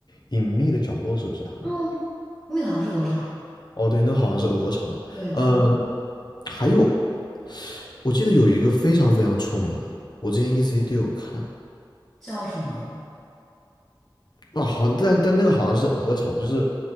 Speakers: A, on the left; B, in the centre.
A: 隐秘的角落，是不是他们的？
B: 嗯，
A: 好像，
B: 那个好像是鹅肠。
A: 哦，对，那个好像是鹅厂的，
B: 对，这种
A: 嗯、还有我记得有一个非常非常出名的，我之前一直一都有看，
B: 叫什么？
A: 哦，好，但但那个好像是鹅厂的，就是